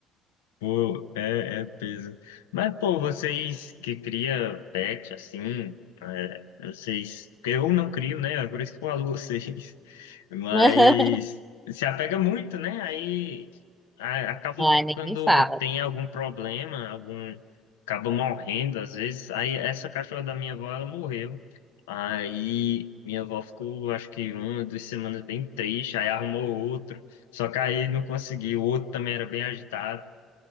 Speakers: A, on the left (about 75°); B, in the centre.
A: Pô, é, é peso. Mas, pô, vocês que cria pet, assim, é, vocês... porque Eu não crio, né? É por isso que eu falo <laughs> vocês. Mas
B: <laughs>
A: se apega muito, né? Aí a- acaba
B: Ai, nem
A: quando
B: me fala.
A: tem algum problema, algum... Acaba morrendo, às vezes. Aí essa cachorra da minha avó, ela morreu. Aí minha avó ficou, acho que uma, duas semanas bem triste. Aí arrumou outro. Só que aí não conseguiu. O outro também era bem agitado.